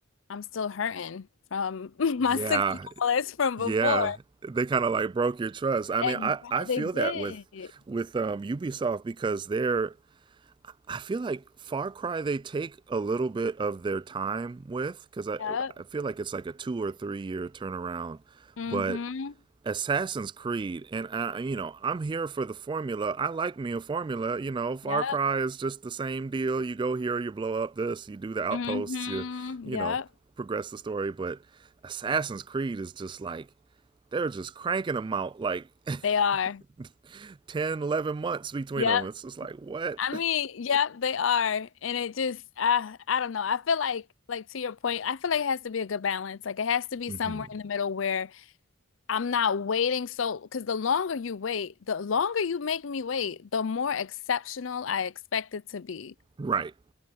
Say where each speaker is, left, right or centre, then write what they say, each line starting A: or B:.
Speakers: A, on the left; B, on the right.
A: I'm still hurting from <laughs> my
B: Yeah.
A: $60 from
B: Yeah.
A: before.
B: They kind of like broke your trust. I
A: Exactly.
B: mean, I I feel
A: They
B: that with
A: did.
B: with um Ubisoft because they're I feel like Far Cry they take a little bit of their time with because I
A: Yep.
B: I feel like it's like a two or three year turnaround,
A: hmm
B: but Assassin's Creed and I you know I'm here for the formula. I like me a formula. You know Far
A: Yep.
B: Cry is just the same deal. You go here, you blow up this, you do the outposts,
A: hmm
B: you you
A: Yep.
B: know progress the story. But Assassin's Creed is just like they're just cranking them out like
A: They are.
B: <laughs> 10, 11 months between
A: Yep.
B: them. It's just like what.
A: I mean, yep, they are. And it just I I don't know. I feel like like to your point, I feel like it has to be a good balance. Like it has to be
B: hmm
A: somewhere in the middle where I'm not waiting so because the longer you wait, the longer you make me wait, the more exceptional I expect it to be.
B: Right.